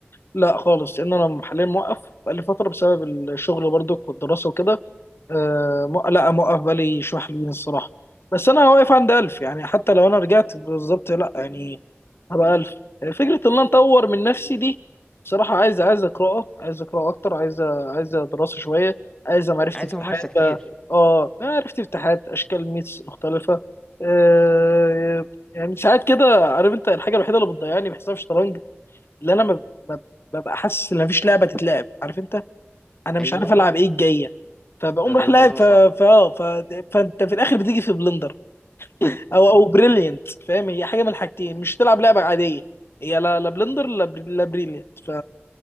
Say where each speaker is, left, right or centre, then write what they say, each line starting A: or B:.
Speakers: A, on the left; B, on the left.
A: لا خالص لان انا حاليا موقف بقالي فتره بسبب الشغل برضك والدراسه وكده آه م- لا موقف بالي شويه حلوين الصراحه بس انا واقف عند 1000 يعني حتى لو انا رجعت بالظبط لا يعني هبقى 1000 فكره ان انا اطور من نفسي دي بصراحه عايز عايز اقراه عايز اقراه اكتر عايز عايز دراسه شويه عايز معرفه
B: عايز
A: افتتاحات
B: ممارسه كتير
A: بقى اه معرفه افتتاحات اشكال ميتس مختلفه آه يعني ساعات كده عارف انت الحاجه الوحيده اللي بتضيعني بحساب الشطرنج اللي انا ما- ما- ببقى حاسس ان مفيش لعبه تتلعب عارف انت انا
B: ايوه
A: مش عارف العب ايه الجايه فبقوم
B: ده
A: رايح
B: ده
A: لاعب
B: موضوع
A: ف...
B: صعب
A: ف... اه، ف... فانت في الاخر بتيجي في بلندر او او بريليانت فاهم هي حاجه من الحاجتين مش تلعب لعبه عاديه هي لا لا بلندر لا, بر... لا بريليانت ف...